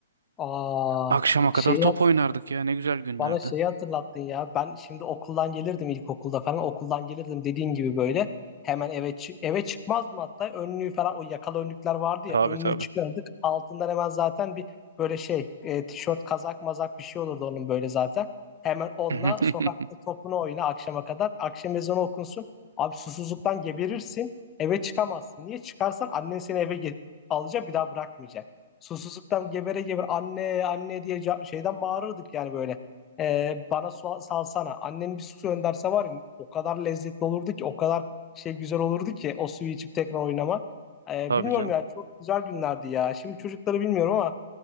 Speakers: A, on the left; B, on the right.
A: Aa,
B: Akşama
A: şey
B: kadar top oynardık ya, ne güzel günlerdi.
A: Bana şeyi hatırlattın ya. Ben şimdi okuldan gelirdim ilkokulda falan. Okuldan gelirdim dediğin gibi böyle. Hemen eve çık eve çıkmazdım hatta. Önlüğü falan o yakalı önlükler vardı
B: Tabii
A: ya. Önlüğü
B: tabii.
A: çıkardık. Altından hemen zaten bir böyle şey e, tişört kazak mazak bir şey olurdu onun böyle zaten. Hemen onunla
B: <laughs>
A: sokakta topunu oyna akşama kadar. Akşam ezanı okunsun. Abi susuzluktan geberirsin. Eve çıkamazsın. Niye? Çıkarsan annen seni eve get- alacak bir daha bırakmayacak. Susuzluktan gebere gebere anne anne diye ca- şeyden bağırırdık yani böyle. Ee, bana su salsana. Annem bir su gönderse var ya o kadar lezzetli olurdu ki o kadar şey güzel olurdu ki o suyu içip tekrar oynamak. Ee,
B: Tabii
A: bilmiyorum
B: canım.
A: ya çok güzel günlerdi ya. Şimdi çocukları bilmiyorum ama